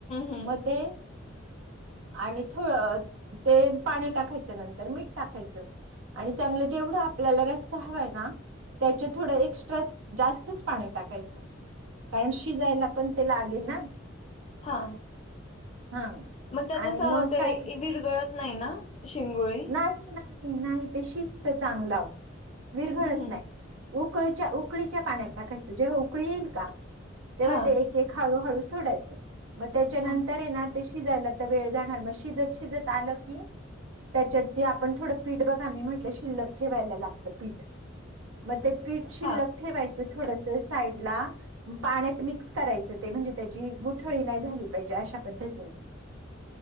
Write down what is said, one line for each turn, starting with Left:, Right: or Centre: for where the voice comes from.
Left: हम्म
Right: मते. आणि थों ते पाणी टाकायचं नंतर मीठ टाकायचं. आणि चांगलं जेवढं आपल्याला रस्सा हवाय ना त्याच्या थोडं एक्स्ट्रा जास्तच पाणी टाकायचं. कारण शिजायला पण ते लागेल ना-
Left: हा
Right: हा
Left: मंग त्यात
Right: आणि
Left: अस
Right: मग
Left: ते
Right: काय
Left: विरगळत नाय ना शिंगोळे
Right: नाही नाही नाही ते शिजत चांगल आहो विरघळत
Left: हम्म
Right: नाय. उकळीच्या उकळीच्या पाण्यात टाकायचं जेव्हा उकळी येईल का तेव्हा
Left: हा
Right: ते एक एक हळू हळू सोडायचं मग त्याच्या नंतर
Left: हा
Right: ये ना ते शिजायला त वेळ जाणार मग शिजत शिजत आलं की, त्याच्यात जे आपण थोडं पीठ बघा मी म्हटलं शिल्लक ठेवायला लागतं पीठ म ते पीठ शिल्लक
Left: हा
Right: ठेवायचं थोडस साईडला म पाण्यात मिक्स करायचं ते म्हणजे त्याची गुठळी नाय झाली पाहिजे अशा पद्धतीने